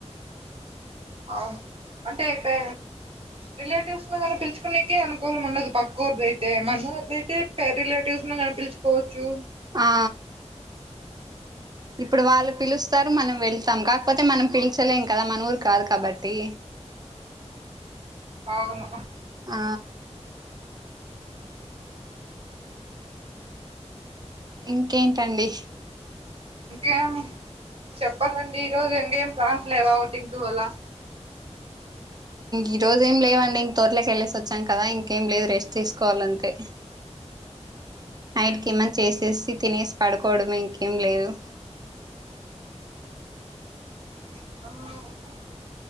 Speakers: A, on the right (about 50°); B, on the right (about 35°).
A: ఆ అంటే పే రిలేటివ్స్ మీద పిలుచకునేకే అనుకూలం ఉండదు పక్కవురిదయితే మనవారిదైతే పే రిలేటివ్స్ ను నా పిలుచుకోవచ్చు
B: ఆ ఇప్పుడు వాళ్ళు పిలుస్తారు మనం వెళ్తాం కాకపోతే మనం పిలిచలేం కదా మన ఊరు కాదు కాబట్టి
A: అవును
B: ఆ ఇంకేంటండి
A: ఇంకేం చెప్పాలండి ఈ రోజు ఇంకేం ప్లాన్స్ లేవా ఓటింగ్ పోవాళ్ళా
B: ఈ రోజు ఏం లేవండి తోటలోకి వెళ్ళేసి వచ్చాం కదా ఇంకేం లేదు రెస్ట్ తీసుకోవాలి అంతే నైట్ కి ఏమన్నా చేసేసి తినేసి పడుకోవడమే ఇంకేం లేదు
A: అవు <inaudible>